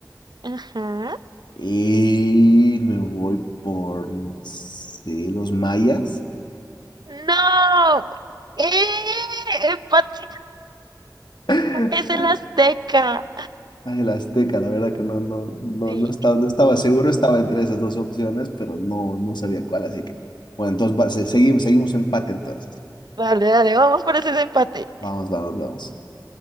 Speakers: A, on the right; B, on the left.
A: Ajá.
B: Y me voy por, no sé, los mayas.
A: No, ¡eh! Empate
B: <laughs>
A: es el Azteca.
B: Ay, el azteca, la verdad que no, no, no,
A: Sí.
B: no estaba, no estaba seguro, estaba entre esas dos opciones, pero no, no sabía cuál, así que, bueno, entonces va- se- seguimos, seguimos empate entonces.
A: Dale, dale, vamos por ese empate.
B: Vamos, vamos, vamos.